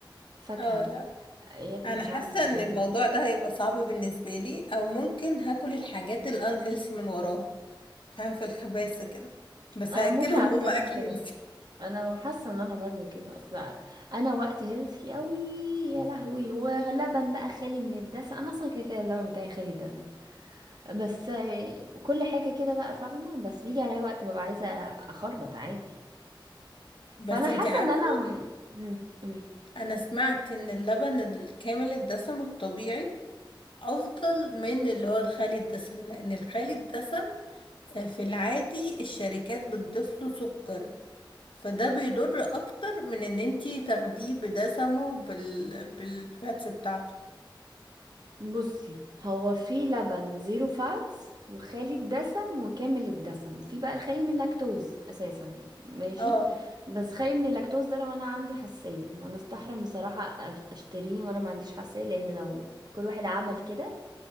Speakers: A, on the right; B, on the left.
A: فاكهه
B: اه لا
A: ياكل
B: انا
A: مش
B: حاسه
A: عارفه ايه
B: ان الموضوع ده هيبقى صعب بالنسبه لي او ممكن هاكل الحاجات الان هيلثي من وراهم فاهم في الخباثه كده بس
A: انا
B: هاكلهم
A: ممكن على فكره
B: هم
A: اكون
B: اكل
A: كده
B: هيلثي
A: انا حاسه ان انا برضو كده اصلا انا وقت هيلثي قوي يا لهوي ولبن بقى خالي من الدسم انا اصلا كده كده اللبن بتاعي خالي الدسم بس آه، كل حاجه كده بقى فاهمه بس بيجي عليا وقت ببقى عايزه اخربط عادي
B: بس
A: فانا حاسه
B: انتي عارفه
A: ان انا م- مم، قولي
B: انا سمعت ان اللبن الكامل الدسم الطبيعي افضل من اللي هو الخالي الدسم لان الخالي الدسم آه، في العادي الشركات بتضيف له سكر فده بيضر اكتر من ان انتي تاخديه بدسمه بال... بالفاتس بتاعته
A: بصي هو في لبن زيرو فاتس وخالي الدسم وكامل الدسم وفي بقى الخالي من اللاكتوز اساسا ماشي
B: اه
A: بس خالي من اللاكتوز ده لو انا عندي حساسيه وانا استحرم بصراحه أش- اشتريه وانا ما عنديش حساسيه لان لو كل واحد عمل كده